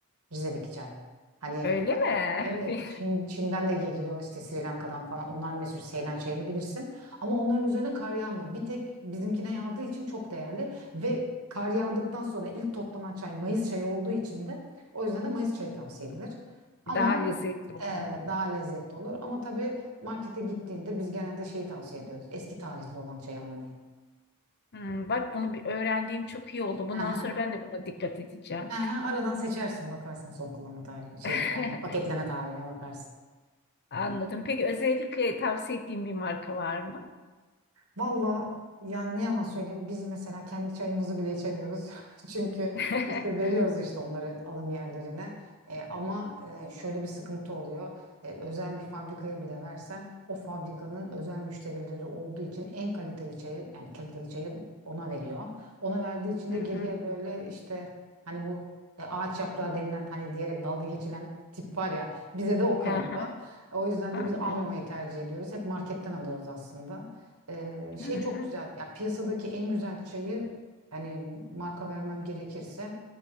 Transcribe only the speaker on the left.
Öyle mi?
<laughs>
Daha lezzetli oluyor.
Hmm, bak bunu bir öğrendiğim çok iyi oldu. Bundan
sonra ben de buna dikkat edeceğim.
<laughs>
Anladım. Peki özellikle tavsiye ettiğin bir marka var mı?
<laughs>
Hı
hı.
Hı hı.
Anlıyorum.
Hı
hı.